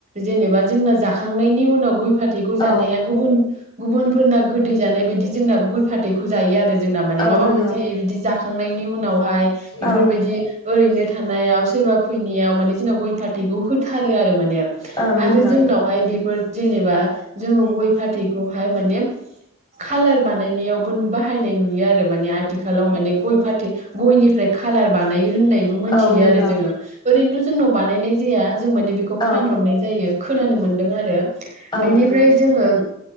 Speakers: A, on the right; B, on the left.
A: जेनेबा जोंना जाखांनायनि उनाव गय फाथैखौ जानाया
B: औ
A: गुबुन गुबुनफोरना गोदै जानाय बायदि जोंना गय फा थैखौ जायो आरो जोंना माने
B: औ
A: माबा
B: नंगौ
A: मोनसे बिदि जा खांनायनि उनाव हाय बेफोरबादि
B: औ
A: ओैरैनो थानायाव सोरबा फैनायाव माने जोंना गय फा थैखौ होथारो आरो मा ने
B: नंगौ
A: आरो
B: नंगौ
A: जोंनावहाय बेफोर जेनेबा जोङो गय फाथैखौहाय माने खालार बानायनायावबो बाहायनाय नुयो आ रो माने आथिखालाव माने गय फाथै गयनिफ्राय खालार बानायो होननायबो मोनथियो
B: औ नंगौ
A: आरो जोङो ओरैनोथ' जोंनाव बानायनाय जाया जों माने बेखौ फानहरनाय
B: औ
A: जायो खोनानो मोन्दों आरो
B: औ
A: बेनिफ्राय
B: नंगौ
A: जोङो